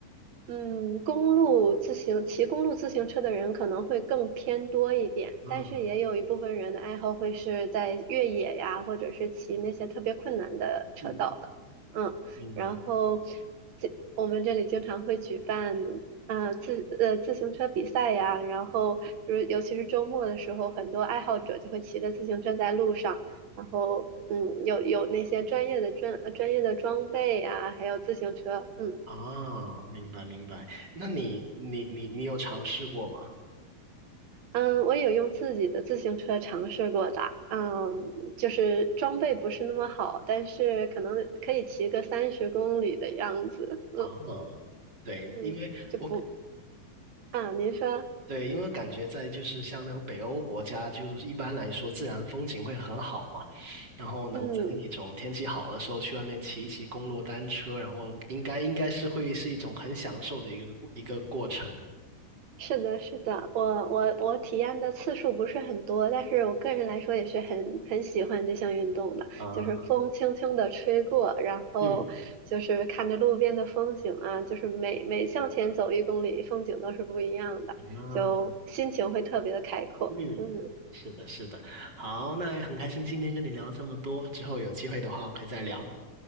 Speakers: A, on the right (about 60°); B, on the right (about 30°).
A: 嗯，公路自行骑公路自行车的人可能会更偏多一点，
B: 嗯
A: 但是也有一部分人的爱好会是在越野呀，或者是骑那些特别困难的车道的。
B: 嗯，
A: 嗯，
B: 明白。
A: 然后这我们这里经常会举办啊、自呃自行车比赛呀，然后就是尤其是周末的时候，很多爱好者就会骑着自行车在路上，然后嗯有有那些专业的专呃专业的装备呀，还有自行车，嗯。
B: 啊，明白明白。那你你你你有尝试过吗？
A: 嗯，我有用自己的自行车尝试过的，嗯，就是装备不是那么好，但是可能可以骑个三十公里的样子，嗯
B: 啊，对，
A: 嗯，
B: 因为我
A: 就不啊，您说，
B: 对，因为感觉在就是像那种北欧国家，就是一般来说自然风景会很好嘛，然后能在那种天气好的时候去外面骑一骑公路单车，
A: 嗯。
B: 然后应该应该是会是一种很享受的一个过一个过程。
A: 是的，是的，我我我体验的次数不是很多，但是我个人来说也是很很喜欢这项运动的，
B: 啊，
A: 就是风轻轻的吹过，然后就是看着路边的风景啊，
B: 嗯
A: 就是每每向前走一公里，风景都是不一样的，
B: 啊，
A: 就心情会特别的开阔。
B: 嗯，
A: 嗯，
B: 是的，是的。好，那也很开心今天跟你聊这么多，之后有机会的话我可以再聊。